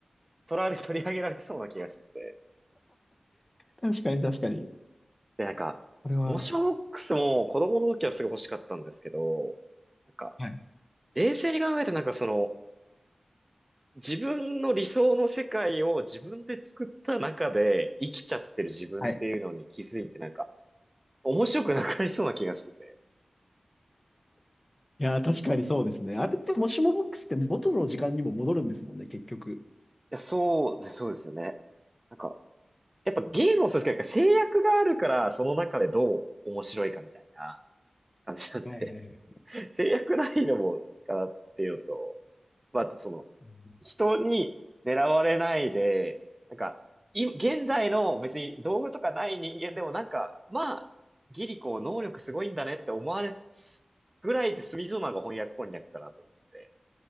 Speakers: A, on the right (about 25°); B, on the left (about 25°).
A: 取られ、取り上げられそうな気がしてて。
B: 確かに確かに。
A: で、なんか、
B: これは、
A: モションボックスも子供の時はすごい欲しかったんですけど、なんか、
B: はい。
A: 冷静に考えてなんかその、自分の理想の世界を自分で作った中で生きちゃってる自分っていうのに気づいてなんか、
B: はい。
A: 面白くなくなりそうな気がしてて。
B: いやー、確かにそうですね。あれって、もしもボックスって元の時間にも戻るんですもんね、結局。
A: いや、そうで、そうですよね。なんか、やっぱゲームもそうですけど、
B: うん
A: 制約があるから、その中でどう面白いかみたいな感じなんで、
B: はいはいはい。
A: <laughs> 制約ないのもかなっていうのと、まあ、あとその、
B: うん
A: 人に狙われないで、なんか、い、現在の別に道具とかない人間でもなんか、まあ、ギリコ能力すごいんだねって思われぐらいで済みそうなのが翻訳こんにゃくかなと思って。